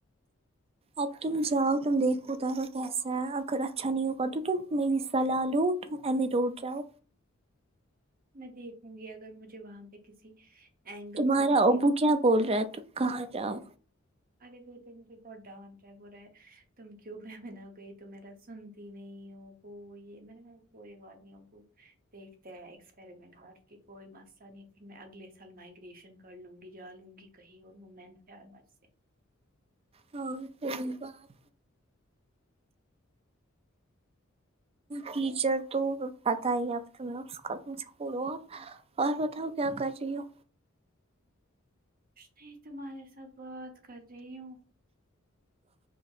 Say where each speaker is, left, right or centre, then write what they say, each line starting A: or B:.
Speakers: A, on the right (about 30°); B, on the right (about 45°).
A: اب تم جاؤ تم دیکھو ادھر کیسا ہے اگر اچھا نہیں ہوگا تو تم میری صلاح لو تم ایمی اے روڈ جاؤ
B: میں دیکھوں گی اگر مجھے وہاں پہ کسی اینگل
A: تمہارا
B: سے کسی
A: ابو کیا بول رہا ہے تم کہاں جاؤ
B: ارے وه تو مجھے بہت ڈانٹ بول رہا ہے تم کیوں میمونہ گئی تو میرا سنتی نہیں ہو وہ یہ میں نے کہا کوئی بات نہیں ابو دیکھتے ہے ایکسپریمنٹ کر کے کوئی مسئلہ نہیں ہے پھر میں اگلے سال مائگریشن کر لوں گی جا لوں گی کہیں اور وہومین <unintelligible>
A: ہاں سہی بات ٹیچر تو پتا ہی اب تم اس کا تم چھوڑو اب اور بتاؤ کیا کر رہی ہو
B: کچھ نہی تمہارے ساتھ بات کر رہی ہوں